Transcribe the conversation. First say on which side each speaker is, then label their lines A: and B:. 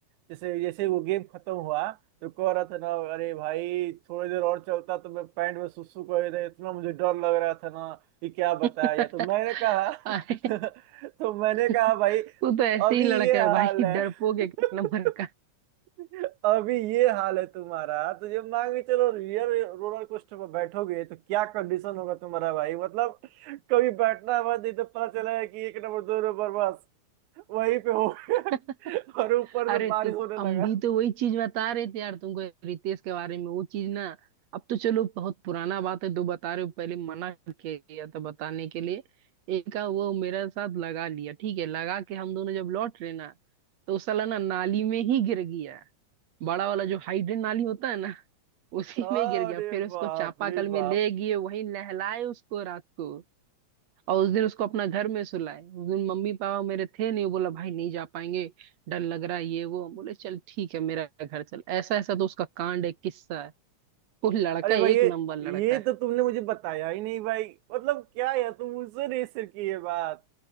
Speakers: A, on the right; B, on the right.
A: जैसे जैसे वो गेम खत्म हुआ तो कह रहा था ना अरे भाई थोड़ी देर और चलता तो मैं पैंट में सुसु कर देता इतना मुझे डर लग रहा था ना कि क्या
B: <laughs>
A: बताया यार तो मैंने कहा
B: अरे
A: <laughs> तो मैंने कहा
B: तू
A: भाई
B: तो ऐसे
A: अभी
B: ही लड़का
A: ये
B: है
A: हाल
B: भाई
A: है
B: डरपोक
A: <laughs>
B: एक नंबर का
A: अभी ये हाल है तुम्हारा तो जब मान के चलो रियल रोलर कोस्टर पर बैठोगे तो क्या कंडीशन होगा तुम्हारा भाई मतलब कभी बैठना है बस नहीं तो पता चला है कि एक नंबर दो नंबर बस वहीं पे हो गया
B: <laughs>
A: <laughs> और ऊपर
B: अरे
A: से बारिश
B: तू तो,
A: होने
B: हम
A: लगा
B: भी तो वही चीज बता रहे थे यार तुमको रितेश के बारे में वो चीज ना अब तो चलो बहुत पुराना बात है दो बता रहे हो पहले मना किया था बताने के लिए एक का वो मेरे साथ लगा लिया ठीक है लगा के हम दोनों जब लौट रहे ना तो वो साला ना नाली में ही गिर गया बड़ा वाला जो हाइड्रेंट नाली होता है उसी
A: अरे
B: में गिर गया फिर उसको
A: बाप
B: चापाकल
A: रे
B: में
A: बाप
B: ले गए वहीं नहलाए उसको रात को और उस दिन उसको अपना घर में सुलाए उस दिन मम्मी पापा मेरे थे नहीं वो बोला भाई नहीं जा पाएंगे डर लग रहा है ये वो हम बोले चल ठीक है मेरा घर चल ऐसा ऐसा तो उसका कांड है किस्सा है वो लड़का
A: अरे
B: एक
A: भाई ये
B: नंबर लड़का
A: ये
B: है
A: तो तुमने मुझे बताया ही नहीं भाई मतलब क्या यार तुम मुझसे नहीं शेयर की ये बात